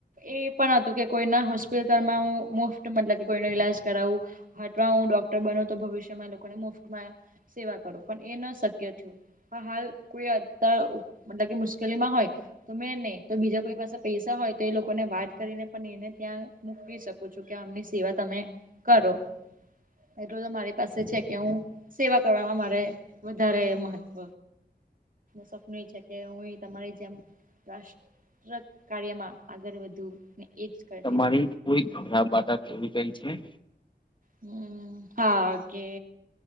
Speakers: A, on the right; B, on the left.
A: એ પણ હતું કે કોઈના હોસ્પિટલમાં હું મુફત મતલબ કે કોઈનો ઈલાજ કરાવું અથવા હું ડોક્ટર બનો તો ભવિષ્યમાં લોકોને મુફ્તમાં સેવા કરું પણ એ ન શક્ય થયું હાલકતાર તકી મુશ્કેલીમાં હોય તમે એને ત બીજા કો પાસે પૈસા હોય તો એ લોકોને વાત કરીને પણ એને ત્યાં મૂકી શકું છું કે આમની સેવા તમે કરો એટલું તો મારી પાસે છે કે હું સેવા કરવામાં મારે વધારે મહત્વ સપનુય છે કે હું તમારી જેમ રાષ્ટ્ર કાર્યમાં આગળ વધુ એ જ કર
B: તમારી કોઈ વાર્તા ખરાબ જેવી કઈ છે
A: હમ હા કે